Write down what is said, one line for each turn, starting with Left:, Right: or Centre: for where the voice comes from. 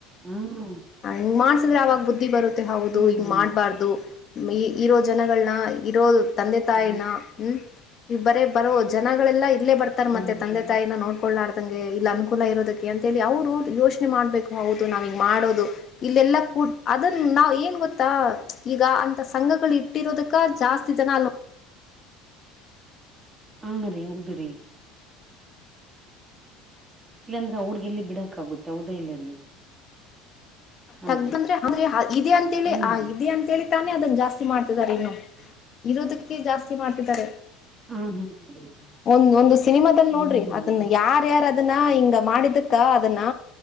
Right: ಹ್ಮ
Left: ಹ ಹಂಗ್ ಮಾಡಸಿದ್ರೆ ಅವಾಗ್ ಬುದ್ಧಿ ಬರುತ್ತೆ ಹೌದು.
Right: ರೀ
Left: ಮಾಡಬಾರ್ದು ಮೇ ಇರೋ ಜನಗಳನ್ನ ಇರೋ ತಂದೆ ತಾಯಿನ.
Right: ಹ್ಮ್
Left: ಹ್ಮ್ ಈ ಬರೇ ಬರೋ ಜನಗಳೆಲ್ಲಾ ಇಲ್ಲೇ ಬರ್ತಾರೆ
Right: ಹ್ಮ್
Left: ಮತ್ತೆ ತಂದೆ
Right: ರೀ
Left: ತಾಯಿನ ನೋಡ್ ಕೊಳ್ಳಾಡ್ದಂಗೆ ಇಲ್ಲಿ ಅನುಕೂಲ ಇರೋದಕ್ಕೆ ಅಂತ ಹೇಳಿ ಅವ್ರ್ ಯೋಚನೆ ಮಾಡ್ಬೇಕು ಹೌದು ನಾವಿಂಗ್ ಮಾಡೋದು ಇಲ್ಲೆಲ್ಲ ಕೂತ್ ಅದನ್ ನಾವ್ ಏನ್ ಗೊತ್ತಾ ಈಗ ಅಂತ ಸಂಘಗಳು ಇಟ್ಟಿರೋದಕ್ಕ ಜಾಸ್ತಿ ಜನ ಅಲ್
Right: ಹಾ ರೀ ಹೌದು ರೀ. ಇಲ್ಲಾಂದ್ರೆ ಅವ್ರಗೆ ಎಲ್ಲಿ ಬಿಡಕ್ ಆಗುತ್ತೆ ಹೌದ ಇಲ್ಲ ರೀ. ಹಲೋ
Left: ತಗ್ ಬಂದ್ರೆ ಹೌದೆ ಹಾ ಇದೆ ಅಂತೇಳಿ
Right: ಹ್ಮ್
Left: ಆ
Right: ರೀ
Left: ಇದೆ ಅಂತೇಳಿ. ತ್ತಾನೆ ಅದನ್ನ ಜಾಸ್ತಿ ಮಾಡ್ತಿದ್ದಾರೆ ಇನ್ನೂ ಇರೋದಕ್ಕೆ ಜಾಸ್ತಿ ಮಾಡ್ತಿದ್ದಾರೆ.
Right: ಹ್ಮ್ ಹ್ಮ್
Left: ಒಂದ್ ಒಂದು ಸಿನಿಮಾ ಬಂದ್
Right: ಹ್ಮ್
Left: ನೋಡ್ರಿ ಅದನ್ನ ಯಾರ. ಯಾರ ಅದನ್ನ ಹಿಂಗ ಮಾಡಿದಕ್ಕ ಅದನ್ನ